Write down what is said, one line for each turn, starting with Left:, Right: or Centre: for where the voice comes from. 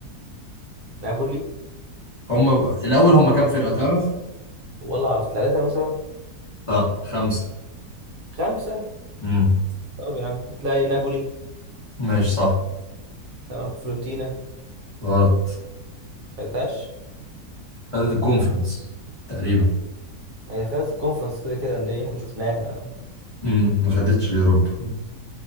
Right: نابولي
Left: هم الاول هم كام فرقه تعرف
Right: والله أعرف ثلاثة مثلا
Left: لا خمسه
Right: خمسة
Left: امم
Right: طب يا عم تلاقي نابولي
Left: ماشي صح
Right: تمام فلورنتينا
Left: غلط
Right: خدتهاش
Left: خدت الكونفرنس تقريبا
Right: هي خدت الكونفرنس كده كده إن إحنا شفناها
Left: امم ما خدتش اليوروبا